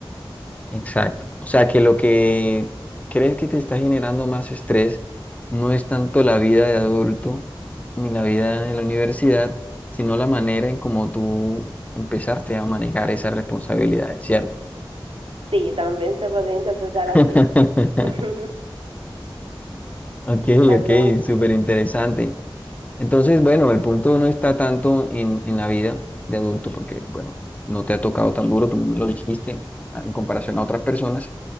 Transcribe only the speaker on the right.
Sí, también se puede interpretar así.
<laughs>
Así
mismo.